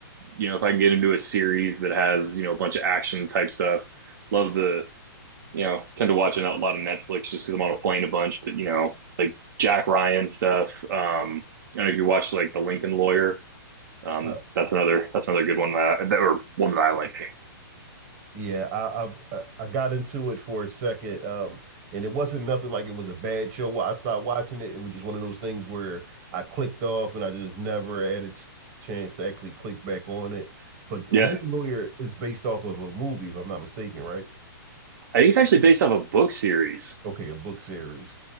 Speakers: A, on the right; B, on the right.
A: you know, if I can get into a series that has, you know, a bunch of action type stuff. Love the, you know, tend to watch a lot of Netflix just because I'm on a plane a bunch, but you know, like Jack Ryan stuff. Um, I don't know if you watch like The Lincoln Lawyer. Um,
B: <laughs> Uh,
A: that's another that's another good one that, I, that or one that I like.
B: Yeah, I, I've uh, I got into it for a second, um, and it wasn't nothing like it was a bad show. While I stopped watching it, it was just one of those things where I clicked off, and I just never had a ch chance to actually click back on it. But The
A: Yeah.
B: Lincoln Lawyer is based off of a movie, if I'm not mistaken, right?
A: I think it's actually based off a book series.
B: Okay, a book series.